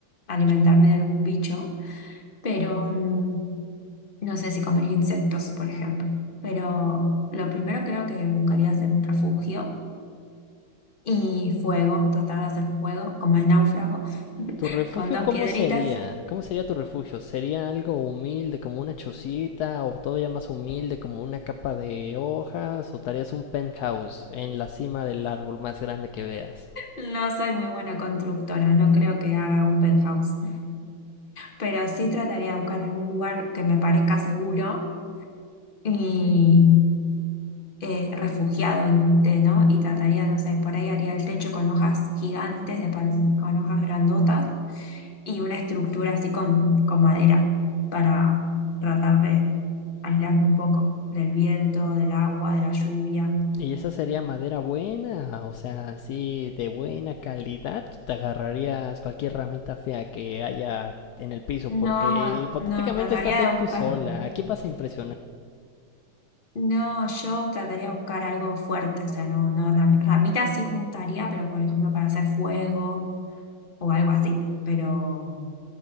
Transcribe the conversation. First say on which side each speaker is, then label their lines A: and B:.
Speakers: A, on the left; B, on the left.
A: alimentarme de algún bicho, pero mm, no sé si comería insectos, por ejemplo. Pero lo primero creo que buscaría hacer un refugio y fuego, tratar de hacer fuego, como el náufrago, <laughs>
B: ¿Tu refugio
A: con dos
B: cómo
A: piedritas.
B: sería? ¿Cómo sería tu refugio? ¿Sería algo humilde como una chocita o todavía más humilde como una capa de hojas o te harías un penthouse en la cima del árbol más grande que veas?
A: No soy muy buena constructora, no creo que haga un penthouse, pero sí trataría de buscar algún lugar que me parezca seguro y eh, refugiado, en- eh, ¿no? Y trataría, no sé, por ahí haría el techo con hojas gigantes, de pal- con hojas grandotas y una estructura así con, con madera para tratar de aislarme un poco del viento, del agua, de la lluvia.
B: Y esa sería madera buena, o sea, así de buena calidad. Te agarrarías cualquier ramita fea que haya en el piso,
A: No,
B: porque hipotéticamente
A: no, trataría
B: estás ahí tú
A: de buscar.
B: sola. Aquí vas a impresionar.
A: No, yo trataría de buscar algo fuerte, o sea, no, no, rami- ramitas sí juntaría, pero por ejemplo para hacer fuego o algo así, pero